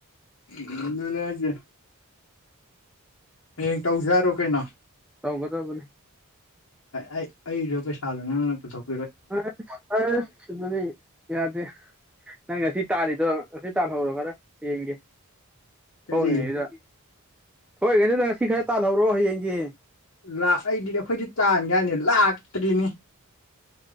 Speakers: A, on the left (about 70°); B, in the centre.
A: ꯏ ꯂ ꯌꯥꯖꯦ ꯍꯌꯦꯡ ꯇꯧꯁꯦ ꯍꯥꯏꯔꯣ ꯀꯩꯅꯣ
B: ꯇꯧꯒꯗꯕꯅꯦ
A: ꯑꯩ ꯑꯩꯁꯨ ꯄꯩꯁꯥꯗꯣ ꯅꯪꯅ ꯄꯨꯊꯣꯛ
B: ꯑꯁ ꯑꯁ ꯑꯗꯨꯗꯤ ꯌꯥꯗꯦ ꯅꯪ ꯉꯁꯤ ꯇꯥꯔꯤꯗꯣ ꯉꯁꯤ ꯇꯥꯜꯍꯧꯔꯣ ꯈꯔ ꯍꯌꯦꯡꯒꯦ
A: ꯀꯔꯤ
B: ꯊꯣꯡꯉꯤꯉꯩꯁꯤꯗ ꯊꯣꯛꯏꯉꯩꯗꯨꯗ ꯉꯁꯤ ꯈꯔ ꯇꯥꯜꯍꯧꯔꯣ ꯍꯌꯦꯡꯒꯥ
A: ꯂꯥ ꯑꯩꯗꯤꯗꯤ ꯑꯩꯈꯣꯏꯗꯤ ꯇꯥꯟꯒꯦ ꯍꯥꯏꯅꯤ ꯂꯥꯛꯇ꯭ꯔꯤꯅꯤ